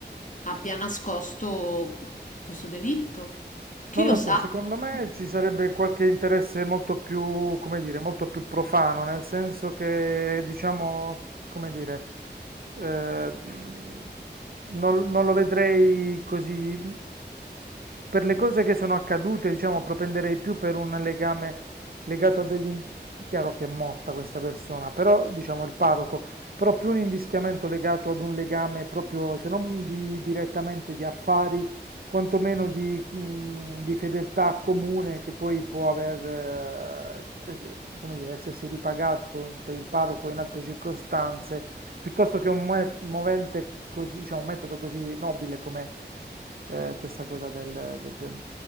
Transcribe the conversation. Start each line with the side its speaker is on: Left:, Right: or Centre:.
Left: abbia nascosto questo delitto. Chi
Right: Non
Left: lo
Right: lo
Left: sa?
Right: so, secondo
Left: <laughs>
Right: me ci sarebbe qualche interesse molto più, come dire, molto più profano, nel senso che, diciamo, come dire, eh, mh, non, non lo vedrei così. Per le cose che sono accadute, diciamo, propenderei più per un legame legato a degli... in- Chiaro che è morta questa persona, però, diciamo, il parroco, però più un invischiamento legato ad un legame proprio, se non di- direttamente di affari quantomeno di, mh, di fedeltà comune che poi può aver, eh, es- come dire, essersi ripagato per il parroco in altre circostanze, piuttosto che un moe- movente così, diciamo, un metodo così nobile come eh, questa cosa del, del- del-